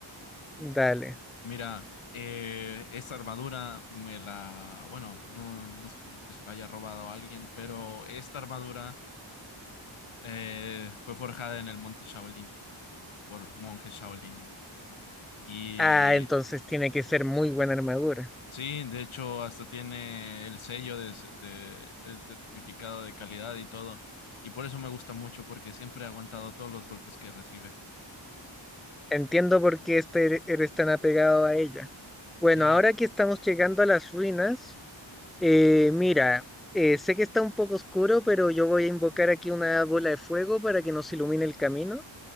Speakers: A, in the centre; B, on the left.
A: Dale.
B: Mira, eh, esta armadura me la, bueno, no, no es como que se la haya robado a alguien, pero esta armadura Eh, fue forjada en el monte Shaolin por monjes shaolines. Y
A: Ah, entonces tiene que ser muy buena armadura.
B: sí, de hecho, hasta tiene el sello de, ce- de- el certificado de calidad y todo. Y por eso me gusta mucho, porque siempre ha aguantado todos los golpes que recibe.
A: Entiendo por qué este er- eres tan apegado a ella. Bueno,
B: Sí,
A: ahora que estamos llegando a las ruinas, eh, mira, eh, sé que está un poco oscuro, pero yo voy a invocar aquí una bola de fuego para que nos ilumine el camino.